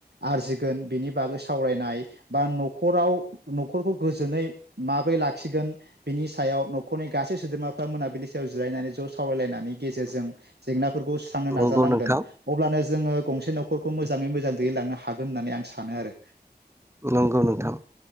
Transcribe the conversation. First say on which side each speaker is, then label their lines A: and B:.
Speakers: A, on the right (about 80°); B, on the right (about 15°).
A: आरजिगोन बेनि बागै सावरायनाय बा न'खराव न'खरखौ गोजोनै माबोरै लाखिगोन बिनि सायाव न'ख खरनि गासै सोद्रोमाफ्रा मोनाबिलि सायाव जिरायनानै ज' सावरायलायनायनि गेजेरजों जेंना फोरखौ सुस्रांनो
B: नंगौ
A: नाजानांगोन
B: नोंथां
A: अब्लानो जोङो गंसे न'खरखौ मोजाङै मोजां दैदेन लांनो हागोन होननानै आं सानो आरो
B: नंगौ नोंथां